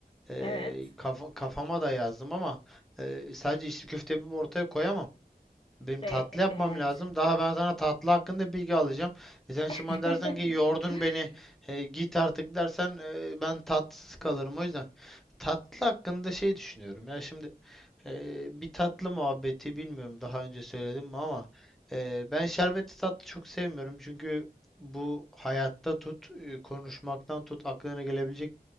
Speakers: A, in the centre; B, on the left.
A: Ee,
B: Evet.
A: kafa- kafama da yazdım ama e, sadece içli köfte yapıp ortaya koyamam. Benim tatlı
B: Ve
A: yapmam
B: evet.
A: lazım. Daha ben sana tatlı hakkında bilgi alacağım. E sen şimdi
B: <laughs>
A: bana dersen ki yordun beni e, git artık dersen e, ben tatsız kalırım. O yüzden tatlı hakkında şey düşünüyorum. Ya şimdi ee, bir tatlı muhabbeti bilmiyorum daha önce söyledim mi ama e, ben şerbetli tatlı çok sevmiyorum çünkü bu hayatta tut e, konuşmaktan tut aklına gelebilecek